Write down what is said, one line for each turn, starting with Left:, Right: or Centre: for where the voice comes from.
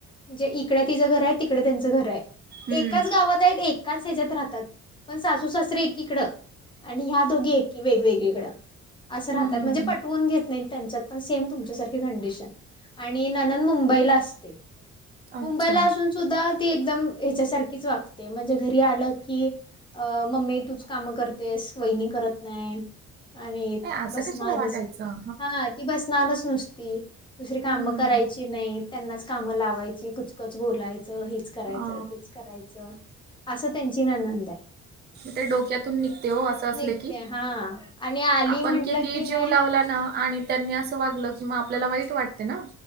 Left: म्हणजे इकड तिचं घर आहे तिकडे त्यांचं घर आहे.
Right: हम्म
Left: एकाच गावात आहेत एकाच ह्याच्यात राहतात पण सासू-सासरे एकीकडं. आणि ह्या दोघी एकी वेगवेगळीकडं असं राहतात
Right: हम्म
Left: म्हणजे
Right: हम्म.
Left: पटवून घेत नाहीत त्यांच्या पण सेम तुमच्यासारखे कंडिशन आणि ननंद मुंबईला असते.
Right: अच्छा
Left: मुंबईला असून सुद्धा ती एकदम हच्यासारखीच वागते म्हणजे घरी आलं की अ मम्मी तूच काम करतेस वहिनी करत नाही. आणि
Right: ए असं
Left: बसणारच,
Right: कशाला वागायचं
Left: हा ती बसणारच नुसते दुसरी कामं
Right: हम्म
Left: करायची नाही त्यांनाच काम लावायची कुचकच बोलायची. हेच करायचं,
Right: हा
Left: तेच करायचं असं त्यांची ननंद आहे.
Right: ते डोक्यातून निघते हो असं असले
Left: निघते
Right: की.
Left: हा आणि आली
Right: आपण
Left: म्हटलं
Right: कितीही
Left: की नाही
Right: जीव लावला आणि त्यांनी असं वागलं की मग आपल्याला वाईट वाटते ना.